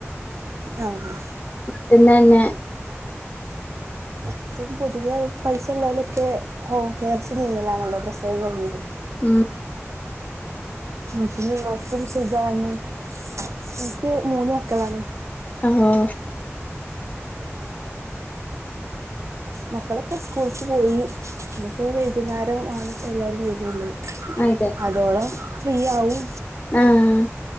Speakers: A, on the right; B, on the left.
A: ആഹ്
B: പിന്നെ ന്നെ
A: ഇപ്പം പൊതുവെ പൈസ ഉള്ളവലൊക്കെ ഹോം കെയർസിലാണല്ലോ പ്രസവം കഴിഞ്ഞല്.
B: മം.
A: വീട്ടിലുള്ളോർക്കും സുഖാണ് എനിക്ക് മൂന്ന് മക്കളാണ്.
B: ആ ഓ ഉം.
A: മക്കളൊക്കെ സ്കൂൾക്ക് പോയി ഇനിപ്പോ വൈകുന്നേരം ആണ് എല്ലാരും വേറൊള്ളു.
B: ആയിതെ.
A: അതോളം ഫ്രീ ആവും.
B: ആഹ്